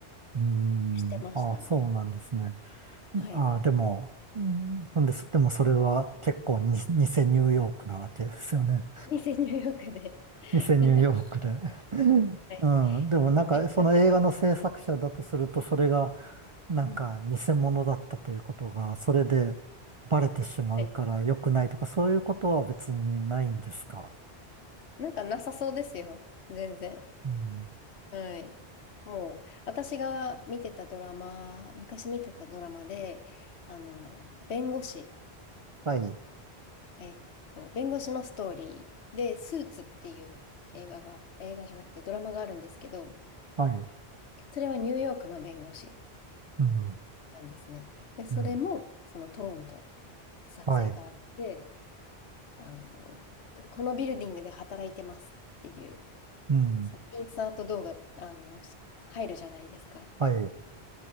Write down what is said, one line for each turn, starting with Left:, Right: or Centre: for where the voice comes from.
Right: うん、
Left: してましたね。
Right: ああ、そうなんですね。
Left: はい。
Right: ああ、でも、うん、なんです。でもそれは結構に、偽ニューヨークなわけですよね。
Left: 偽入浴で <laughs>
Right: 偽ニューヨークで。うん、
Left: はい。
Right: うんでもなんかその映画の制作者だとすると、
Left: 行っちゃってて。
Right: それがなんか偽物だったということが、
Left: うん。
Right: それでバレてしまうから良くないとか、
Left: はい。
Right: そういうことは別にないんですか
Left: なんかなさそうですよ。全然。
Right: うん。
Left: はい。もう、私が見てたドラマ、昔見てたドラマで、あの、弁護士、
Right: はい。
Left: えっと、弁護士のストーリーで、スーツっていう映画が、映画じゃなくてドラマがあるんですけど、
Right: はい。
Left: それはニューヨークの弁護士
Right: うん、
Left: なんですね。で、それも、
Right: うん、
Left: そのトロントで撮影があって、
Right: はい、
Left: あの、このビルディングで働いてますっていう
Right: うん、
Left: そう、インサート動画、あの、し入るじゃないですか。
Right: はい、